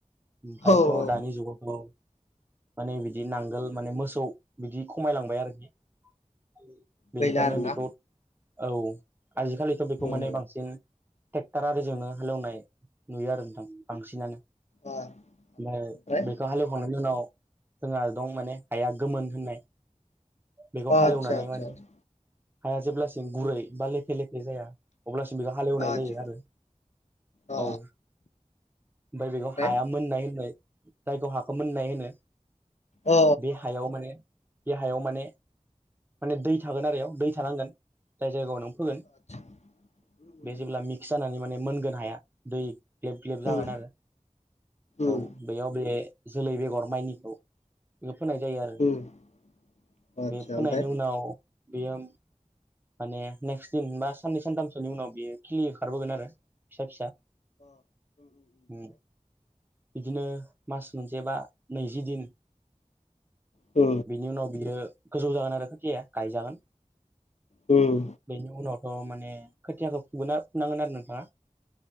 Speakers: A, on the right; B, on the left.
A: ओमफायथ'
B: औ औ
A: दानि जुगाव औ माने बिदि नांगोल माने मोसौ बिदि खमायलांबाय आरोखि बे बेनिखायनो
B: गैला आरोना
A: बेखौ औ आजिखालिथ' बेखौ
B: उम
A: माने बां सिन ट्रेक्टार आरिजोंनो हालौवनाय नुयो आरो नोंथां बांसिनानो। ओमफ्राय
B: अ आतसा ओमफ्राय
A: बेखौ हालेवखांनायनि उनाव जोंहा दं माने हाया गोमोन होननाय बेखौ हालेवनानै
B: आतसा आतसा
A: माने
B: आतसा
A: हाया जेब्लासिम गुरै बा लेफे लेफे जाया अब्लासिम बेयाव हालेवनाय
B: आतसा
A: जायो आरो
B: अ
A: औ। ओमफाय बेखौ
B: ओमफ्राय
A: हाया मोननाय होननाय जायखौ हाखौ मोननाय होनो।
B: अ
A: बे हायाव माने बे हायाव माने माने दै थागोन आरो इयाव दै थानांगोन। जाय जायगायाव नों फोगोन
B: आतसा उम
A: बे जेब्ला मिक्स जानानै माने मोनगोन हाया दै ग्लेब ग्लेब जागोन
B: उम
A: आरो औ।
B: उम
A: बेयाव बे जोलै बेगर माइनिखौ बेखौ फोनाय जायो आरो।
B: <inaudible>
A: बे फोनायनि
B: ओमफ्राय
A: उनाव बियो माने नेक्स दिन बा साननै सानथामसोनि उनाव बियो खिलि ओंखारबोगोन आरो। फिसा फिसा ओम बिदिनो मास मोनसे बा नैजि दिन
B: ओ
A: बिनि उनाव बियो गोजौ जागोन आरो खोथिया गायजागोन।
B: उम।
A: बेनि उनावथ' माने खोथियाखौ फुना फुनांगोन आरो नोंथाङा।